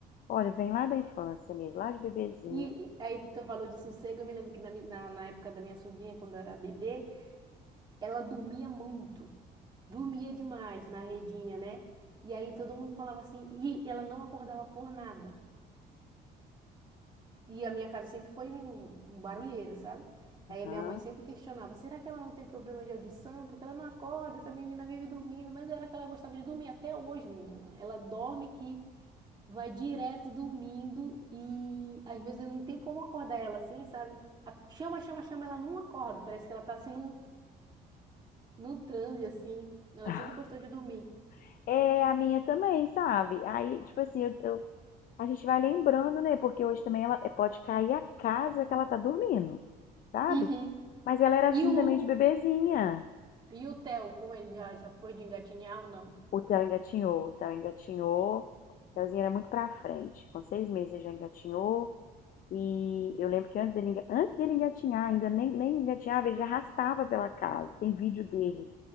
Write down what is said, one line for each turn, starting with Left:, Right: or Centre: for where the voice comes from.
Left: Olha, vem lá da infância mesmo, lá de bebezinha.
Right: E e aí tu falou de sossego, eu me lembro que na, mi- na, na época da minha sobrinha, quando era bebê, ela dormia muito, dormia demais na redinha, né? E aí todo mundo falava assim, e ela não acordava por nada. E a minha casa sempre foi um, um barulheira, sabe? Aí
Left: Aham.
Right: a minha mãe sempre questionava, será que ela não tem problema de audição? Porque ela não acorda, essa menina vive dormindo, mas era que ela gostava de dormir até hoje, menina. Ela dorme que vai direto dormindo e às vezes eu não tem como acordar ela assim, sabe? A- Chama, chama, chama, ela não acorda. Parece que ela tá assim num, num transe assim. Ela
Left: <laughs>
Right: sempre gostou de dormir.
Left: É a minha também, sabe? Aí, tipo assim, eu, eu A gente vai lembrando, né? Porque hoje também ela eh, pode cair a casa que ela tá dormindo, sabe?
Right: Uhum.
Left: Mas ela era
Right: E
Left: assim
Right: o,
Left: também de bebezinha.
Right: e o Theo, como ele já, já foi de engatinhar ou não?
Left: O Theo engatinhou, o Theo engatinhou. O Theozinho era muito pra frente. Com seis meses ele já engatinhou. E eu lembro que antes dele, enga- antes dele engatinhar, ainda nem, nem engatinhava, ele já arrastava pela casa. Tem vídeo dele